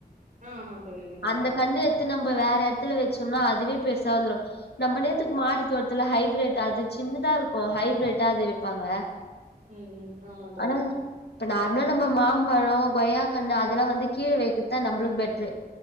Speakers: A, on the right (about 55°); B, on the left (about 80°).
A: ஆ ஆமா தோழி கண்டிப்பா
B: அந்த கண்ணு எடுத்து நம் ப வேற இடத்துல வச்சோம்னா அதுவே பெருசா வந்துரும் நம்ம நேத்துக்கு மாடி தோட்டத்தில ஹைப்ரேட் அது சின்னத இருக்கும் ஹைபிரிட்டா அது வைப்பாங்க
A: ம் ம் ஆமா தோழி
B: ஆனா இப்ப நார்மலா நம்ம மாம்பழம் கொய்யா கண்ணு அதெல்லாம் வந்து கீழ வைக்கதான் நம்மளுக்கு பெட்ரு